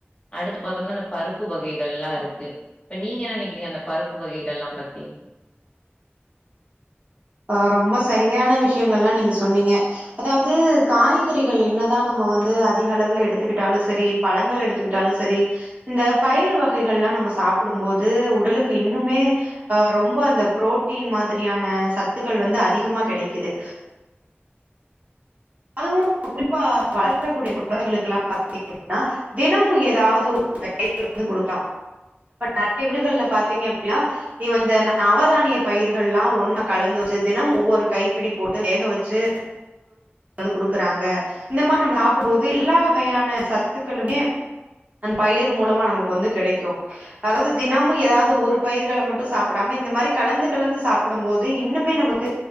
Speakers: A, on the left; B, on the right.
A: அடுத்து பாத்தோம்னா இந்த பருப்பு வகைகளெல்லா இருக்கு இப்ப நீங்க என்ன நெனைக்கிறீங்க அந்த பருப்பு வகைகள் எல்லா பத்தி
B: ஆ ரொம்ப சரியான விஷியங்கள்ல்லா நீங்க சொன்னீங்க அதாவுது காய்கறிகள் என்னதா நம்ம வந்து அதிக அளவுல எடுத்துக்கிட்டாலு சரி பழங்கள் எடுத்துக்கிட்டாலு சரி இந்த பயிர் வகைகள் எல்லா நம்ம சாப்பிடு போது உடலுக்கு இன்னுமே அ ரொம்ப அந்த பு்ரோட்டீன் மாதிரியான சத்துக்கள் வந்து அதிகமா கெடைக்குது அதுவு குறிப்பா வளர்க்கக்கூடிய குழந்தைகளுக்கெல்லா பாத்தீங்கன்னா தினமு ஏதாவுது ஒரு <unintelligible> குடுக்கனு இப்ப நெறைய வீடுகள்ல பாத்தீங்க அப்டினா இந்த நவதானிய பயிர்கள் எல்லா ஒண்ணு கலந்து வச்சி தினமு ஒவ்வொரு கைப்பிடி போட்டு வேக வச் சி அது குடுக்குறாங்க இந்த மாதிரி நம்ம சாப்பிடு போது எல்லா வகையான சத்துக்களுமே அந்த பயிர் மூலமா நமக்கு வந்து கெடைக்கு அதாவுது தினமு ஏதாவுது ஒரு பயிர்கள மட்டு சாப்பிடாம இந்த மாரி கலந்து கலந்து சாப் டும்போது இன்னுமே நமக்கு